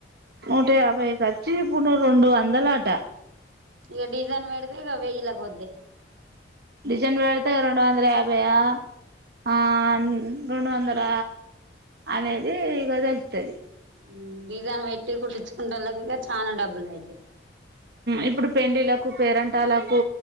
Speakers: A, on the right; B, on the right.
A: నూట యాభైకచ్చి ఇప్పుడు రెండు వందల అట
B: ఇగ డీజైన్ బేడితే ఇగ వెయ్యిలకి పోతయి
A: డిజైన్ బెడితే రెండు వందల యాభై ఆ ఆ రెండు వందల అనేది ఇగ దెలుతది
B: ఉమ్ డిజన్ పెట్టి కుట్టించుకుంటోళ్ళకి గిట్ల చానా డబ్బులయితయి
A: ఇప్పుడు పెళ్ళిలకు పేరంటాలకు